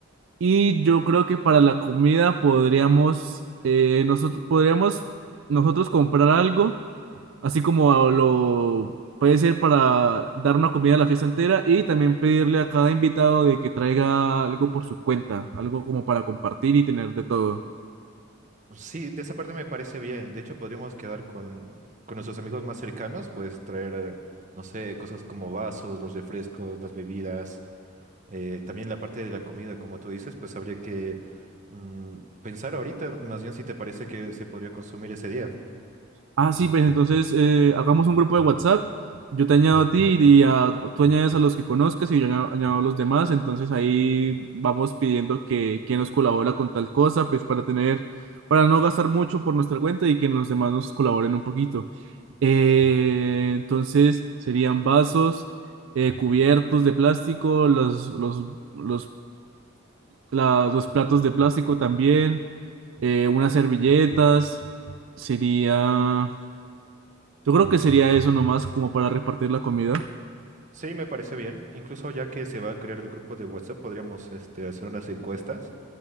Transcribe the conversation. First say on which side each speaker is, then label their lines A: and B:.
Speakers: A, on the right; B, on the right.
A: Y yo creo que para la comida podríamos, eh, nosotros, podríamos nosotros comprar algo, así como lo puede ser para dar una comida a la fiesta entera y también pedirle a cada invitado de que traiga algo por su cuenta, algo como para compartir y tener de todo.
B: Sí, de esa parte me parece bien. De hecho, podríamos quedar con, con nuestros amigos más cercanos, pues traer, eh, no sé, cosas como vasos, los refrescos, las bebidas, eh, también la parte de la comida, como tú dices, pues habría que mm, pensar ahorita, más bien si te parece que se podría consumir ese día.
A: Ah, sí, pues entonces eh, hagamos un grupo de WhatsApp. Yo te añado a ti y a- tú añades a los que conozcas y yo añado, añado a los demás. Entonces ahí vamos pidiendo que quien nos colabora con tal cosa, pues para tener, para no gastar mucho por nuestra cuenta y que los demás nos colaboren un poquito. Eh, entonces serían vasos, eh, cubiertos de plástico, los, los, los, la- los platos de plástico también, eh, unas servilletas, sería... Yo creo que sería eso nomás, como para repartir la comida.
B: Sí, me parece bien. Incluso ya que se va a crear el grupo de WhatsApp, podríamos este, hacer unas encuestas